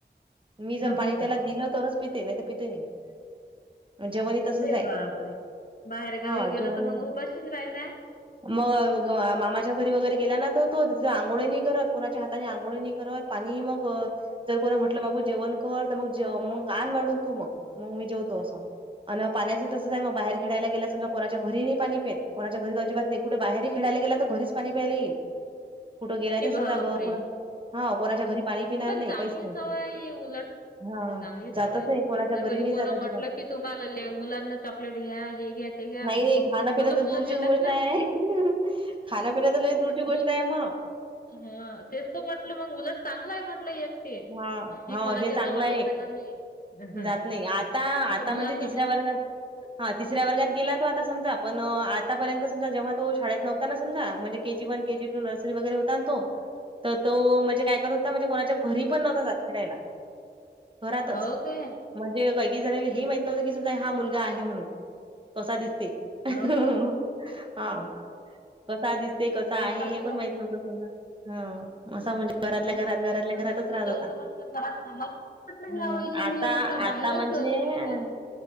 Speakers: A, on the right; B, on the left.
A: मी जर पाणी
B: हो काय
A: त्याला दिलं तरच पिते, नाही तर पिते नाही जेवण तसंच
B: अरे
A: आहे.
B: बापरे, बाहेर
A: हां,
B: गावी गेल
A: जेवण
B: तर मग उपाशीच राहि ना.
A: मग मामाच्या घरी वगैरे गेला ना तो तिथं आंघोळ हि नाही करत, कोणाच्या हाताने आंघोळ करत पाणी हि मग जर कोणा म्हटलं बाबू जेवण कर, तर मग मग आन वाढून तू मग मग मी जेवतो असं. अ पाण्याचेही तसंच आहे, मग बाहेर खेळायला गेला समजा कोणाच्या घरी नाही पाणी पेत कोणाच्या घरी तर अजिबात नाही कुठे बाहेर खेळायला गेला, तर घरीच पाणी प्यायला येईल कुठं गेला ते सांग
B: बापरे
A: कुठ हा कोणाच्या घरी पाणी पिणार
B: पण
A: नाही,
B: चांगली
A: काहीच नाही,
B: सवय आहे ही उलट
A: हा.
B: चांगली
A: जातच
B: सवय आहे,
A: नाही कोणाच्या
B: जर कोणी
A: घरी नाही
B: कधी
A: जात अजिबात
B: म्हटलं की मुलांना चॉकलेट घ्या, हे घ्या ते घ्या
A: नाही नाही खानं- पिन
B: मतलब
A: तर
B: मुलं
A: दूरचीच
B: घेतात
A: गोष्ट
B: ना
A: आहे, खाणं- पिणं तर लई दूरची
B: मुलं
A: गोष्ट आहे. <unintelligible> म.
B: हा तेच तर म्हटलं मग, उलट चांगलंय म्हटलं एक. ते.
A: हा
B: कि
A: हो
B: कोणाच्या
A: हे चांगलं
B: जवळचं
A: आहे एक,
B: खाणार नाही. हं.
A: जात नाही आता
B: असं
A: आता
B: मुलांना
A: म्हणजे तिसऱ्या
B: म्हण
A: वर्गात ह. हा तिसऱ्या वर्गात गेला तो आता समजा, पण आतापर्यंत समजा जेव्हा तो शाळेत नवता ना समजा म्हणजे K G one, K G two, nursery वगैरे होता ना तो तर तो म्हणजे काय करत होता म्हणजे कोणाच्या घरी पण नव्हता जात खेळायला, घरातच.
B: हो काय
A: म्हणजे कैके जणाला हे ही माहित नव्हतं की, समजा हा मुलगा आहे म्हणून, कसा दिसते. हा
B: हो काय.
A: कसा दिसते, कसा आहे
B: चांगलं
A: हे पण नव्हतं
B: मग.
A: समजा. हा असा म्हणजे
B: हो
A: घरातल्या
B: ना.
A: -घरात
B: नाही
A: घरातल्या
B: तर
A: घरातच
B: मग मुलं
A: राहत होता,
B: तर म्हटलं घरात थांबत नाहीत म्हटलं
A: हं
B: ह्या वयची
A: आता
B: मुलं म्हटलं बाहेरच
A: आता म्हणजे <unintelligible>
B: पडतात.